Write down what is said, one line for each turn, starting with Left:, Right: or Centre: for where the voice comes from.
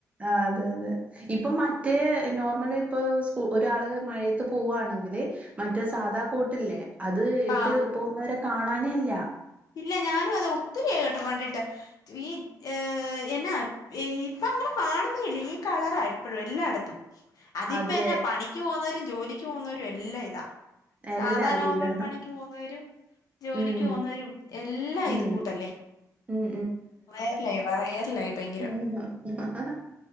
Right: ആഹ് അതെ അതെ ഇപ്പൊ മറ്റേ നോർമലി ഇപ്പൊ സ്കൂ ഒരാള് മഴയത്ത് പോവാണെങ്കില് മറ്റ സാധാ കോട്ടില്ലേ അത് ഇട്ട്
Left: ആഹ്
Right: പോകുന്നവരെ കാണാനെ ഇല്ല
Left: ഇല്ല ഞാനും അത് ഒത്തിരിയായി കേട്ടോ കണ്ടിട്ട് ഈ ഏ എന്നെ ഏ ഇപ്പ അങ്ങനെ കാണുന്നില്ല ഈ കളറാ ഇപ്പോഴും എല്ലായിടത്തും അതിപ്പ
Right: അതെ
Left: എന്ന പണി ക്ക് പോകുന്നവരും ജോലിക്ക് പോകുന്നവരും എല്ലാ ഇതാ സാധാ
Right: എല്ലാവരും
Left: നോർമ്മൽ
Right: ഇതാ
Left: പണിക്ക് പോകുന്നവരും ജോലിക്ക്
Right: ഉം
Left: പോവുന്നവരും എല്ല
Right: ഉം
Left: ഇത് കൂട്ടല്ലേ
Right: ഉം
Left: വയറലായി വയറലായി പോയ്‌
Right: ഉം <inaudible>